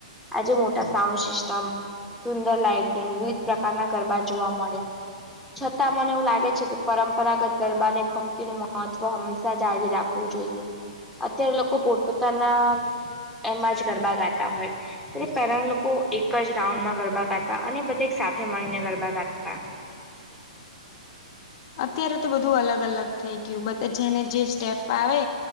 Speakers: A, in the centre; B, on the left (about 45°).
A: આજે મોટા સાઉન્ડ સિસ્ટમ સુંદર લાાઈટિંગ વિવિધ પ્રકારના ગરબા જોવા મળે. છતાં મને એવું લાગે છે કે પરંપરાગત ગરબાને ભક્તિનું મહત્વ હંમેશા જાળવી રાખવું જોઈએ અત્યારે લોકો પોત પોતાના એમાં જ ગરબા ગાતા હોય. તેપહેલા લોકો એક જ રાઉન્ડ માં ગરબા ગાતા અને બધા સાથે મળીને ગરબા ગાતા.
B: અત્યારે તો બધું અલગ અલગ થઈ ગયું બધા જેને જે સ્ટેફ આવે.